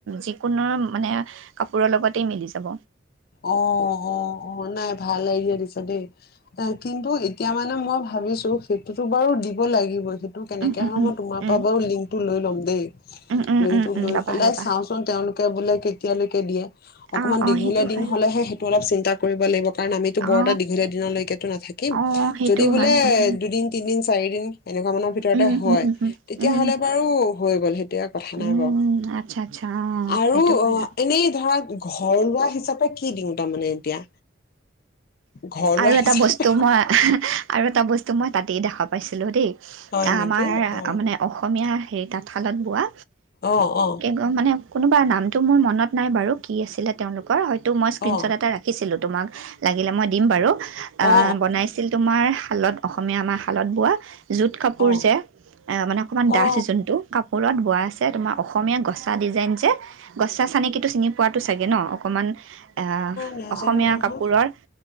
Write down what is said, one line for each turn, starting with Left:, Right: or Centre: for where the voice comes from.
Right: যিকোনো মানে কাপোৰৰ লগতেই মিলি যাব।
Left: অ অ অ নাই ভাল আইডিয়া দিছা দেই। এ কিন্তু এতিয়া মানে মই ভাবিছো ত' সেইটোতো বাৰু দিব লাগিবেই ত' কেনেকে
Right: উম উম
Left: হয়
Right: উম
Left: মই তোমাৰ
Right: উম
Left: পৰা বাৰু লিংকটো লৈ ল'ম। দেই।
Right: উম উম
Left: লিংকটো
Right: উম উম
Left: লৈ
Right: ল'বা
Left: পেলাই
Right: ল'বা
Left: চাওঁচোন তেওঁলোকে বোলে কেতিয়ালৈকে দিয়ে। অকমান
Right: অ', অ'
Left: দীঘলীয়া
Right: সেইটো
Left: দিন
Right: হয়।
Left: হ'লেহে সেইটো অলপ চিন্তা কৰিব লাগিব। কাৰণ আমিতো বৰ
Right: অ
Left: এটা দীঘলীয়া দিনলৈকেটো নাথাকিম।
Right: অ সেইটো
Left: যদি বোলে
Right: হয় উম
Left: দুদিন তিনদিন চাৰিদিন এনেকুৱা মানৰ ভিতৰতে
Right: উম
Left: হয়
Right: উম হম হম
Left: তেতিয়াহ'লে
Right: উম
Left: বাৰু হৈ গ'ল সে এতিয়া কথা
Right: উম
Left: নাই বাও
Right: উম, আচ্ছা আচ্ছা অ
Left: আৰু
Right: সেইটো কৰা
Left: অ', এনেই ধৰা ঘৰ লোৱা হিচাপে কি দিওঁ তাৰ মানে এতিয়া? ঘৰুৱা
Right: আৰু
Left: হিচাপে
Right: এটা বস্তু মই আৰু এটা বস্তু মই তাতেই দেখা পাইছিলোঁ, দেই।
Left: হয় নেকি
Right: আমাৰ
Left: অ
Right: মানে অসমীয়া হেৰি তাঁতশালত বোৱা।
Left: অ অ
Right: <unintelligible> মানে কোনোবা নামটো মোৰ মনত নাই বাৰু কি আছিলে তেওঁলোকৰ হয় তোৰ মই স্ক্ৰীণস্বৰ্ট
Left: অ
Right: এটা ৰাখিছিলোঁ তোমাক লাগিলে মই দিম বাৰু, আ
Left: অ
Right: বনাইছিল তোমাৰ শালত অসমীয়া আমাৰ শালত বোৱা জোত কাপোৰ
Left: অ অ
Right: যে, এ‌ মানে অকণমান ডাঠ
Left: অ
Right: যোনটো কাপ বোৰত বোৱা আছে, তোমাৰ অসমীয়া গছা ডিজাইন যে, গছা চানকিটো চিনি পোৱাটো চাগে ন? অকমান অ',
Left: নাজানো
Right: অসমীয়া
Left: নহয়
Right: কাপোৰৰ